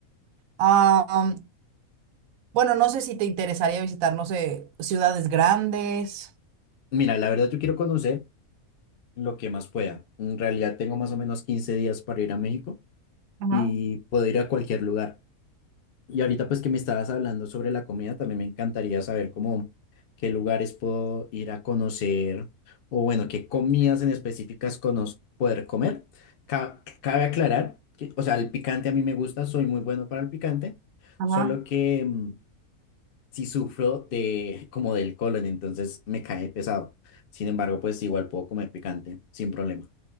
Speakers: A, on the right; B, on the left.
A: Ah, bueno, no sé si te interesaría visitar, no sé, ciudades grandes.
B: Mira, la verdad yo quiero conocer lo que más pueda. En realidad tengo más o menos 15 días para ir a México
A: Ajá,
B: y puedo ir a cualquier lugar. Y ahorita pues que me estabas hablando sobre la comida, también me encantaría saber cómo qué lugares puedo ir a conocer o bueno, qué comidas en específicas conoz- poder comer. Ca- cabe aclarar que, o sea, el picante a mí me gusta, soy muy bueno para el picante,
A: ajá.
B: solo que mm, sí sufro de como del colon, entonces me cae pesado. Sin embargo, pues igual puedo comer picante sin problema.